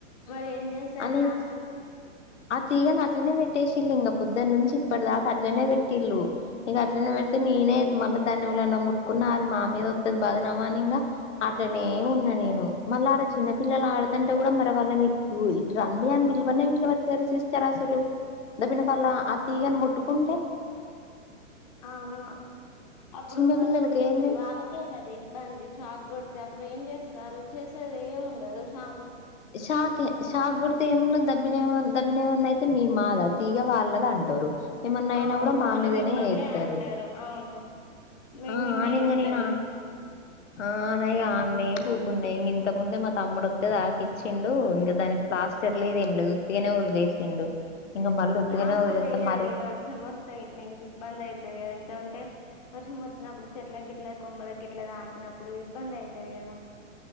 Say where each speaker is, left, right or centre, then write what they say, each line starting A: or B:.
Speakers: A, on the left; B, on the left.
A: మరి ఏం చేశారు
B: అని
A: లాస్ట్ కు
B: ఆ తీగని అట్లనే పెట్టేసిల్ళు ఇంకా పొద్దున్న నుంచి ఇప్పటి దాకా అట్లనే పెట్టిళ్ళు ఇంక కింద పడితే మేమే మళ్ళా దాన్ని ఏవరన్నా ముట్టుకున్నా అది మా మీద బదనమే అని ఇంగా అట్లనే ఉన్నా నేను మళ్ళీ ఆడ చిన్నపిల్లలు ఆడుతంటే కూడా మరి వాళ్ళని ఇటు రండి అని పిలువనే పిలువట్లేదు సిస్టర్ అసలు దీని వాళ్ళ ఆ తీగని ము ముట్టుకుంటే
A: అవును అప్పుడు
B: చిన్న
A: వాళ్
B: పిల్లలకి ఏం తెలుసు
A: వాళ్ళకే కదా ఇబ్బంది షాక్ కొడుతు అప్పుడు ఏం చేస్తారు చేసేది ఏమి ఉండదు షా
B: షాక్ షాక్ కొడితే ఏమన్నా దెబ్బలు దెబ్బలు ఏమన్నా అయితే మీమ్ మాద తీ వాళ్ళదే అంటారు ఏమన్నా
A: అవును
B: అయినా కూడా మా
A: వాళ్ళు
B: మీదనే
A: మిమ్మల్నే
B: ఎత్తారు
A: అంటారు అవును మీ
B: ఆ
A: మిన్నే
B: అని ఇంకా
A: ఎత్తరు
B: నేను ఆనే ఆనే గూకున్నా ఇంగా ఇంత ఏమంటే మా తమ్మడు వొత్తే <unintelligible> ఇచ్చిండు ఇంకా దానికి ప్లాస్టర్ లేదు ఏం లేదు ఉత్తిగానే వదిలేసిండు ఇంక మళ్ళీ ఉత్తిగానే
A: ప్లాస్టర్
B: వదిలేస్తే
A: వేయ్యండి
B: మళ్ళీ
A: వర్షం వస్తే ఇట్లా ఇంక ఇబ్బంది అయితాది ఇంకా అట్లే ఉంటే వర్షం వచ్చినప్పుడు చెట్ల గిట్ల కొమ్మల గిట్ల తాకినప్పుడు ఇబ్బంది అయితాది కదా